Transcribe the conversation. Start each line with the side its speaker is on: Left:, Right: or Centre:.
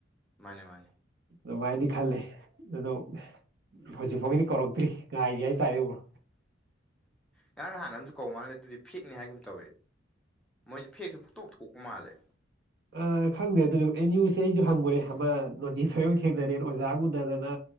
Centre: ꯃꯥꯅꯦ ꯃꯥꯅꯦ
Right: ꯑꯗꯨꯃꯥꯏꯅꯗꯤ ꯈꯜꯂꯤ ꯑꯗꯣ ꯍꯧꯖꯤꯛꯐꯥꯎꯒꯤꯗꯤ ꯀꯧꯔꯛꯇ꯭ꯔꯤ ꯉꯥꯏꯔꯤ ꯍꯥꯏꯇꯥꯔꯦ ꯕ꯭ꯔꯣ
Centre: ꯉꯔꯥꯡ ꯅꯍꯥꯟꯅ ꯑꯃꯁꯨ ꯀꯧꯕ ꯃꯥꯜꯂꯦ ꯑꯗꯨꯗꯤ ꯐꯦꯛꯅꯤ ꯍꯥꯏꯒꯨꯝ ꯇꯧꯏ ꯃꯣꯏꯁꯦ ꯐꯦꯛꯁꯨ ꯄꯨꯡꯊꯣꯛ ꯊꯣꯛꯄ ꯃꯥꯜꯂꯦ
Right: ꯑ ꯈꯪꯗꯦ ꯑꯗꯨꯗ ꯑꯦꯝ ꯌꯨꯁꯦ ꯑꯩꯁꯨ ꯍꯪꯉꯨꯔꯦ ꯑꯃ ꯅꯣꯇꯤꯁ ꯂꯣꯏꯃꯛ ꯊꯦꯡꯅꯔꯦ ꯑꯣꯖꯥꯒ ꯎꯨꯅꯗꯅ